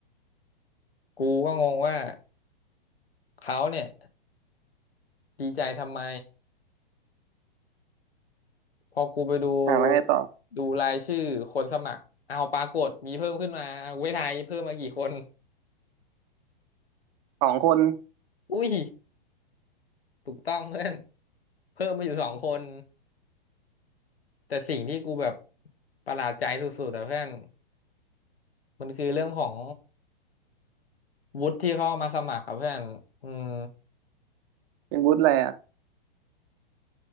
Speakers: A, on the left; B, on the right.
A: กูก็งงว่าเขาเนี่ยดีใจทำไมพอกูไปดู
B: ่าแล้วไงต่อ
A: ดูรายชื่อคนสมัครเอาปรากฏมีเพิ่มขึ้นมาเอาเวทายเพิ่มมากี่คน
B: สองคน
A: อุ้ยถูกต้องเพื่อนเพิ่มมาอยู่สองคนแต่สิ่งที่กูแบบประหลาดใจสุดๆแต่เพื่อนมันคือเรื่องของ วุฒิที่เขาเอามาสมัครครับเพื่อนอืม
B: เป็นบุฒอะไรอ่ะ